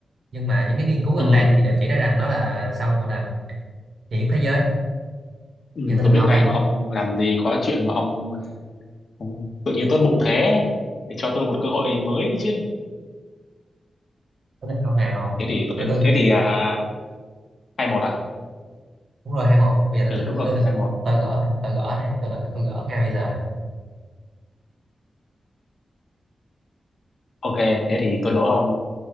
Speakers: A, on the right (about 50°); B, on the left (about 45°).
A: nhưng mà những cái nghiên cứu gần
B: ừ,
A: đây thì đều chỉ ra rằng nó là song gọi là nhiệt thế giới
B: ừ,
A: giờ tới
B: tôi
A: lượt
B: biết
A: ông
B: ngay
A: ấy
B: mà ông làm gì có chuyện mà ông Không, tự nhiên tốt bụng thế để cho tôi một cơ hội mới chứ
A: tới lượt ông nào
B: thế thì
A: thứ
B: tôi đợi
A: tôi
B: thế thì à, hai một à
A: đúng rồi hai một bây giờ
B: ừ
A: tới
B: đúng
A: tới
B: rồi
A: tới lượt
B: hai một
A: tôi gỡ này tôi gỡ này tôi lận tôi gỡ ngay bây giờ này.
B: ok thế thì tôi đố ông